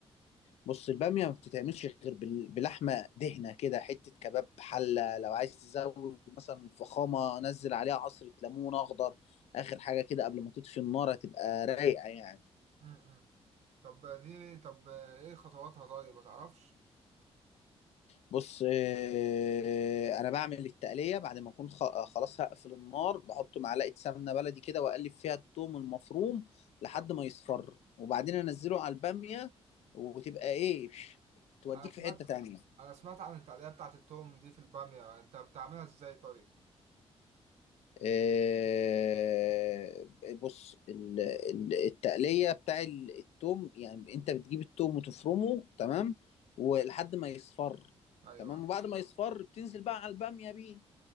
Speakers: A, on the left; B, on the right.
A: بص البامية ما بتتعملش غير بال- بلحمة دهنة كده حتة كباب حلة لو عايز تزود مثلا فخامة نزل عليها عصرة ليمون أخضر آخر حاجة كده قبل ما تطفي النار هتبقى رايقة يعني
B: امم طب دي طب ايه خطواتها طيب ما تعرفش
A: بص آه، أنا بعمل التقلية بعد ما أكون خ- خلاص هقفل النار بحط معلقة سمنة بلدي كده وأقلب فيها التوم المفروم لحد
B: آه،
A: ما يصفر وبعدين أنزله على البامية وتبقى إيه توديك
B: انا سمعت
A: في حتة تانية
B: انا سمعت عن التقليه بتاعه التوم دي في الباميه انت بتعملها ازاي طيب
A: آه، بص ال- ال- التقلية بتاع ال- التوم يعني انت بتجيب التوم وتفرمه تمام ولحد ما يصفر
B: ايوه
A: تمام
B: أيوه.
A: وبعد ما يصفر بتنزل بقى على البامية بيه